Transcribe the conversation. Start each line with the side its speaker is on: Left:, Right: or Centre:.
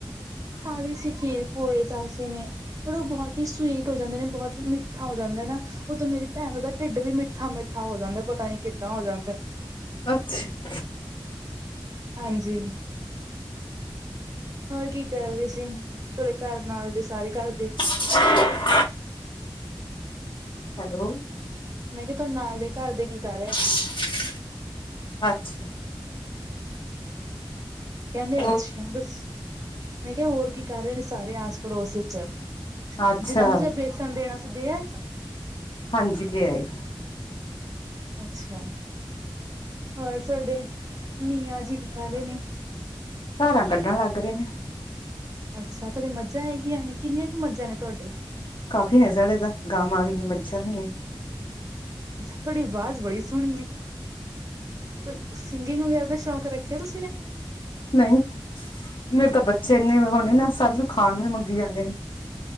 Right: ਖਾ ਲਏ ਸੀ ਖੀਰ-ਪੂੜੇ ਅਸੀਂ ਨੇ। ਪਰ ਉਹ ਬਹੁਤ ਹੀ ਸਵੀਟ ਹੋ ਜਾਂਦੇ ਨੇ ਬਹੁਤ ਹੀ ਮਿੱਠਾ ਹੋ ਜਾਂਦਾ ਨਾ। ਉਦੋਂ ਮੇਰੀ ਭੈਣ ਦਾ ਢਿੱਡ ਵੀ ਮਿੱਠਾ-ਮਿੱਠਾ ਹੋ ਜਾਂਦਾ, ਪਤਾ ਨੀ ਕਿੱਦਾਂ ਹੋ ਜਾਂਦਾ?
Left: ਅੱਛਾ।
Right: ਹਾਂਜੀ, ਹੋਰ ਕੀ ਕਰ ਰਹੇ ਸੀ? ਤੁਹਾਡੇ ਘਰ ਨਾਲ ਦੇ ਸਾਰੇ ਘਰ ਦੇ।
Left: ਸ <unintelligible> ਹੈਲੋ।
Right: ਮੈਂ ਕਿਆ ਤੁਹਾਡੇ ਨਾਲ ਦੇ ਘਰ ਦੇ ਕੀ ਕਰ ਰਹੇ?
Left: <unintelligible> ਅੱਛਾ।
Right: ਕੈਹਂਦੇ
Left: ਹੋਰ
Right: ਅੱਛਾ, ਦੱਸ ਮੈਂ ਕਿਆ ਹੋਰ ਕੀ ਕਰ ਰੇ ਨੇ ਸਾਰੇ ਆਸ ਪੜੋਸ ਵਿੱਚ?
Left: ਅੱਛਾ
Right: ਜਿਨਾਂ ਨੂੰ ਤੁਸੀਂ ਅ ਬੇਸਨ ਦੇਣਾ ਸੀ ਦੇ ਆਏ?
Left: ਹਾਂਜੀ ਦੇ ਆਏ।
Right: ਅੱਛਾ, ਹੋਰ ਸਾਡੇ ਮੀਆਂ ਜੀ ਕਿੱਦਾਂ ਦੇ ਨੇ?
Left: ਧਾਰਾਂ ਕੱਢਣ ਲੱਗ ਰਹੇ ਨੇ।
Right: ਅੱਛਾ, ਤੁਹਾਡੇ ਮੱਝਾਂ ਹੈਗੀਆਂ ਨੇ ਕਿੰਨੀਆਂ ਕੁ ਮੱਝਾਂ ਨੇ ਤੁਹਾਡੇ?
Left: ਕਾਫੀ ਨੇ ਸਾਡੇ ਤਾਂ, ਗਾਵਾਂ ਵੀ ਨੇ ਮੱਝਾਂ ਵੀ ਨੇ।
Right: ਤੁਹਾਡੀ ਆਵਾਜ਼ ਬੜੀ ਸੋਹਣੀ ਹੈ, ਕੋਈ ਸਿੰਗਿੰਗ ਵਗੈਰਾ ਦਾ ਸ਼ੌਂਕ ਰੱਖਿਆ ਤੁਸੀਂ ਨੇ!
Left: ਨਹੀਂ ਮੇਰੇ ਤਾਂ ਬੱਚੇ ਇੰਨੇ ਹੋਣੇ ਨਾ ਸਾਰੇ ਖਾਣ ਨੂੰ ਵੀ ਮੰਗੀ ਜਾਂਦੇ ਨੇ।